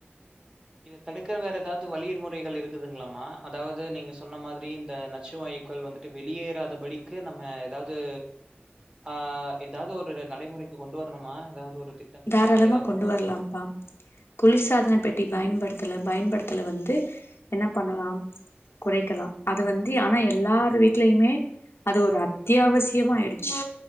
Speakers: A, on the right; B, on the left.
A: இத தடுக்கிற வேற ஏதாவது வழிர் முறைகள் இருக்குதுங்களாமா அதாவது நீங்க சொன்ன மாதிரி இந்த நச்சு வாய் க்கள் வந்துட்டு வெளியேறாதபடிக்கு நம்ம ஏதாது ஆ ஏதாவது ஒரு நடைமுறைக்கு கொண்டு வரணுமா ஏதாவது ஒரு திட்டம்
B: தாராளமா
A: இந்த மாரி ஏதாவது
B: கொண்டு
A: வரணுமா?
B: வரலாம்ப்பா குளிர் சாதன பெட்டி பயன்படுத் த்ல பயன்படுத்தல வந்து என்ன பண்ணலா குறைக்கலா அது வந்து ஆனா எல்லார் வீட்லயுமே அது ஒரு அத்தியாவசியமாயிடுச்சு